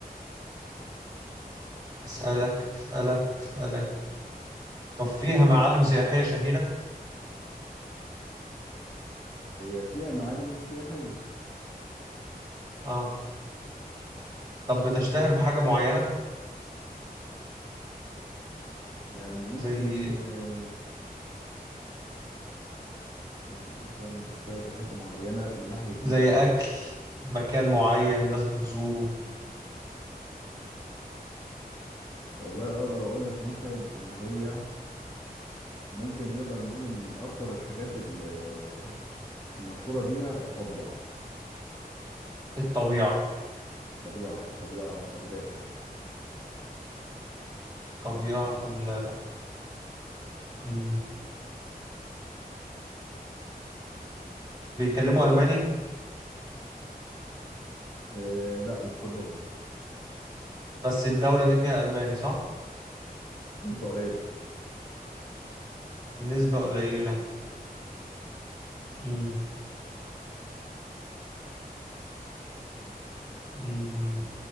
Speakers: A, on the right; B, on the left.
A: اسالك اسالك اسالك طب فيها معالم سياحية شهيرة
B: هي فيها معالم سياحية
A: اه طب بتشتهر بحاجة معينة
B: يعني ممكن
A: زي
B: آه، يعني مثلا تشتهر بحاجة معينة من ناحية
A: زي
B: ايه بالظبط
A: اكل مكان معين ناس بتزوره
B: والله اقدر اقول لك مثلا ان هي ممكن نقدر نقول ان من اكتر الحاجات ال- آه، المشهورة بيها الطبيعة
A: الطبيعة
B: الطبيعة الطبيعة خلابة يعني
A: طبيعة خلابة امم بيتكلموا الماني
B: آه، لا مش كلهم
A: بس الدولة دي فيها الماني صح
B: نسبة قليلة
A: نسبة قليلة مم. مم.